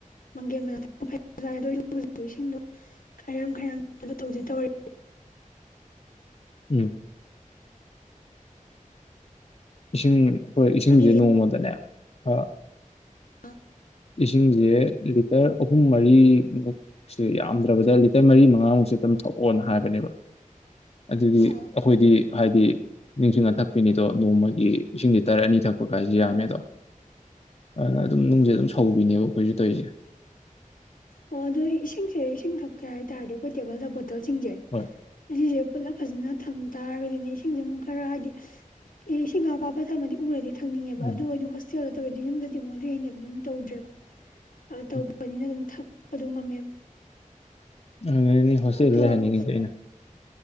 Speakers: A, on the left; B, on the left.
A: ꯃꯪꯒꯦꯝꯖꯤꯛ ꯏꯁꯤꯡꯗꯣ ꯈꯔ ꯈꯥꯏꯔ ꯇ ꯇꯧꯔ
B: ꯎꯝ ꯏꯁꯤꯡ ꯍꯣꯏ ꯏꯁꯤꯡꯁꯦ
A: ꯑꯗꯨ
B: ꯅꯣꯡꯃꯗꯅꯦ ꯑ
A: ꯑ
B: ꯏꯁꯤꯡꯁꯦ ꯂꯤ ꯇꯔ ꯑꯍꯨꯝ ꯃꯔꯤꯔꯤ ꯁꯤ ꯌꯥꯝꯗ꯭ꯔꯕꯗ ꯂꯤꯇꯔ ꯃꯔꯤ ꯃꯉꯥꯃꯨꯛꯁꯦ ꯑꯗꯨꯝ ꯊꯣꯛꯑꯣꯅ ꯍꯥꯏꯕꯅꯦꯕ ꯑꯗꯨꯗꯤ
A: ꯑꯥ
B: ꯑꯩꯈꯣꯏꯗꯤ ꯍꯥꯏꯗꯤ ꯅꯤꯡꯁꯤꯡꯉ ꯊꯛꯄꯤꯅꯤꯗꯣ ꯅꯣꯡꯃꯒꯤ ꯂꯤꯁꯤꯡꯁꯦ ꯇꯔꯥ ꯑꯅꯤ ꯊꯛꯄ ꯀꯥꯏꯃꯦꯗ
A: ꯍꯣꯏ
B: ꯑꯗꯨꯅ
A: ꯎꯝ
B: ꯑꯗꯨꯝ ꯅꯨꯡꯁꯦ ꯑꯗꯨꯝ ꯊꯧꯕꯤꯅꯦꯕ ꯑꯩꯈꯣꯏꯁꯨ ꯇꯧꯔꯤꯁꯦ
A: ꯑꯣ ꯑꯗꯨꯣ ꯏꯁꯤꯡꯁꯦ ꯏꯁꯤꯡ ꯊꯛꯀꯦ ꯍꯥꯏꯇꯥꯥꯔꯗꯤ ꯑꯩꯈꯣꯏ ꯇꯦꯕꯜꯗꯄꯣꯠ ꯀꯜꯁꯤꯡꯁꯦ
B: ꯍꯣꯏ
A: ꯑꯁꯤꯁꯦ ꯄꯨꯂꯞ ꯐꯖꯅ ꯊꯝ ꯇꯥꯔꯒꯗꯤꯅꯦ ꯏꯁꯤꯡꯁꯦ ꯑꯃꯨꯛ ꯈꯔ ꯍꯥꯏꯗꯤ ꯑꯦ ꯏꯁꯤꯡ ꯑ ꯑꯄꯥꯄ ꯊꯝꯃꯗꯤ ꯎꯔꯗꯤ ꯈꯪꯅꯤꯡꯉꯦꯕ
B: ꯎꯝ
A: ꯑꯗꯨ ꯑꯣꯗꯣ ꯍꯣꯁꯇꯦꯜꯗ ꯌꯨꯝꯗꯗꯤ ꯑꯃꯨꯛ ꯑꯗꯨꯏ ꯍꯩꯅꯕꯤꯗꯣ ꯇꯧꯗ꯭ꯔꯦꯕ ꯇꯧꯕꯅꯤꯅ
B: ꯎꯝ
A: ꯑꯗꯨꯝ ꯊꯛ ꯎꯄꯗꯧ ꯉꯝꯃꯦꯕ
B: ꯑꯅꯤ ꯍꯣꯁꯇꯦꯜꯗ
A: ꯑꯗꯣ
B: ꯂꯩꯍꯜꯅꯤꯡꯉꯤꯁꯦ ꯑꯩꯅ